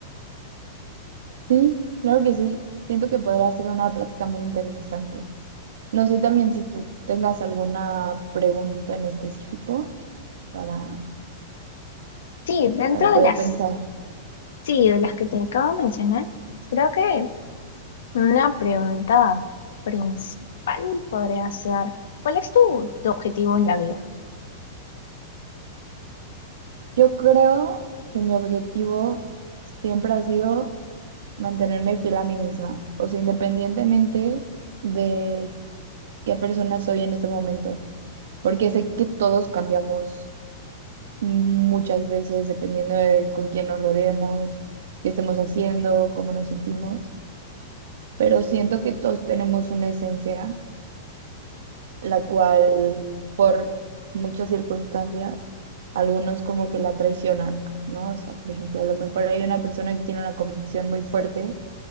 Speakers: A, on the right (about 75°); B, on the left (about 75°).
A: Sí, claro que sí. Siento que podrá ser una práctica muy interesante. No sé también si tú tengas alguna pregunta en específico para,
B: Sí, dentro
A: para poder
B: de las,
A: pensar.
B: sí, de las que te acabo de mencionar, creo que Una pregunta principal podría ser, ¿cuál es tu, tu objetivo en la vida?
A: Yo creo que mi objetivo siempre ha sido mantenerme fiel a mí misma, o sea, independientemente de qué persona soy en ese momento, porque sé que todos cambiamos muchas veces dependiendo de con quién nos rodeemos, qué estemos haciendo, cómo nos sentimos. pero siento que todos tenemos una esencia, la cual por muchas circunstancias, algunos como que la traicionan, ¿no? O sea, por ejemplo, a lo mejor hay una persona que tiene una convicción muy fuerte